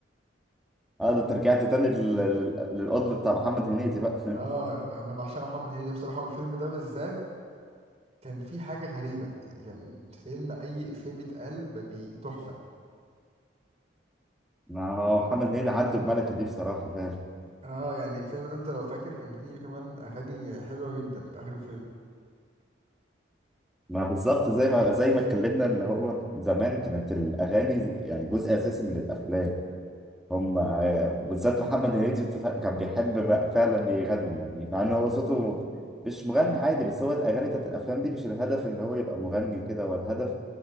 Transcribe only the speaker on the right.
اه انا أنا بعشق محمد هنيدي ده بصراحه والفيلم ده بالذات كان فيه حاجه غريبه يعني كان فيلم اي افيه بيتقال بي- تحفه
اه يعني الفيلم ده انت لو فاكر كان فيه كمان اغاني حلوه جدا في اخر الفيلم